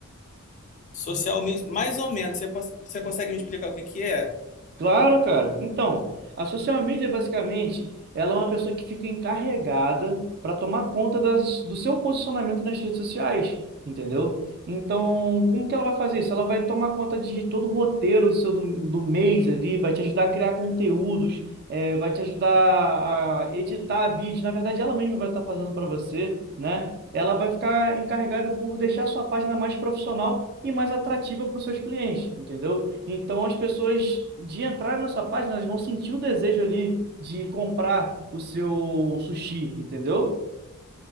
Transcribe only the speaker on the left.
Social media, mais ou menos, você, pos- você consegue me explicar o que que é?